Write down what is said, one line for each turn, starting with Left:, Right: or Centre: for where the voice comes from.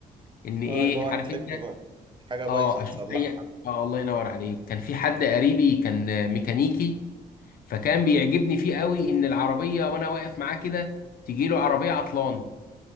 Left: ان ايه
Right: اه اللي هو
Left: عارف
Right: تحب
Left: انت
Right: بقى حاجة بايظة
Left: اه اشوف
Right: تصلحها
Left: اي اه الله ينور عليك كان في حد قريبي كان آه، ميكانيكي فكان بيعجبني فيه قوي ان العربيه وانا واقف معاه كده تجي له عربيه عطلانه